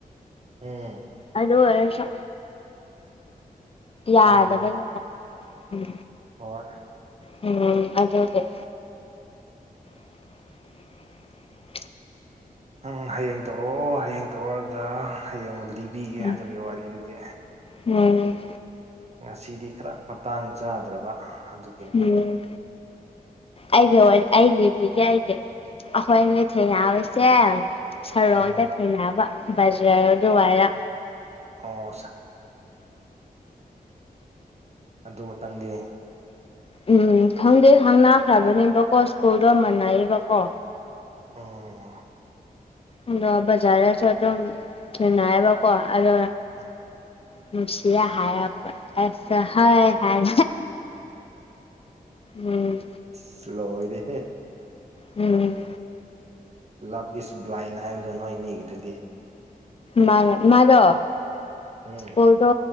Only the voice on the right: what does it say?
ꯎꯝ
ꯎꯝ
ꯍꯣꯏ
ꯎꯝ ꯍꯌꯦꯡ ꯇꯧꯔꯛꯑꯣ ꯍꯌꯦꯡ ꯇꯧꯔꯛꯑꯒ ꯍꯌꯦꯡꯂ ꯗꯤꯕꯤꯒꯦ
ꯑꯗꯨꯒꯤ ꯋꯥꯔꯤꯗꯨꯗꯤ
ꯉꯁꯤꯗꯤ ꯈꯔ ꯃꯇꯥꯡ ꯆꯥꯗ꯭ꯔꯕ ꯑꯗꯨ
ꯎꯝ
ꯑꯣ ꯑꯗꯨꯃꯇꯪꯒꯤ
ꯑꯣ
ꯑ
ꯑꯁ ꯂꯣꯏꯔꯦꯍꯦ
ꯂꯞ ꯏꯁ ꯕ꯭ꯂꯥꯏꯟ ꯍꯥꯏꯕꯗꯣ ꯅꯣꯏ ꯑꯅꯤꯒꯤꯗꯨꯗꯤ
ꯎꯝ